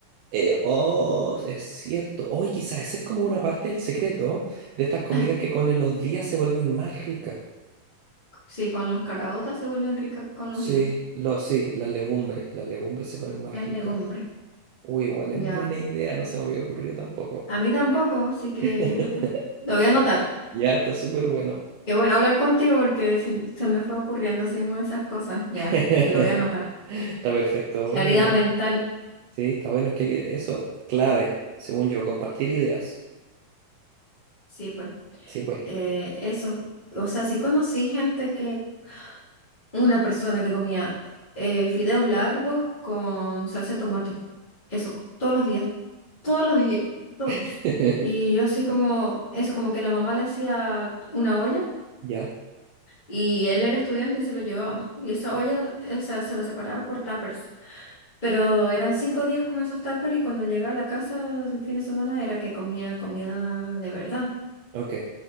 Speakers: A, on the right; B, on the left.
A: Eh, oh, es cierto. Hoy quizás esa es como una parte del secreto de estas comidas
B: <laughs>
A: que con los días se vuelven más ricas.
B: Sí, con las caraotas se vuelven ricas con los
A: Sí,
B: días.
A: lo, sí, las legumbres. Las legumbres se ponen más
B: Las legumbres.
A: ricas. Uy, igual
B: Ya.
A: es buena idea, no se me había ocurrido tampoco.
B: A mí tampoco, así que
A: <laughs>
B: lo voy a anotar.
A: Ya está súper bueno.
B: Qué bueno hablar contigo porque se, se me fue ocurriendo así muy esas cosas. Ya,
A: <laughs>
B: lo voy a anotar.
A: Está perfecto,
B: Claridad
A: buena.
B: mental,
A: Sí, está bueno, es que hay que- eso, clave, según yo, compartir ideas.
B: sí, pues.
A: Sí, pues.
B: eh, eso. O sea, sí conocí gente que, una persona que comía eh, fideos largos con salsa de tomate. Eso, todos los días, todos los días, todos.
A: <laughs>
B: Y yo así como, eso, como que la mamá le hacía una olla
A: Ya,
B: y él era estudiante y se lo llevaba. Y esa olla, o sea, se lo separaba por tuppers. Pero eran cinco días con esos tuppers y cuando llegaba a la casa el fin de semana era que comía comida de verdad.
A: ok.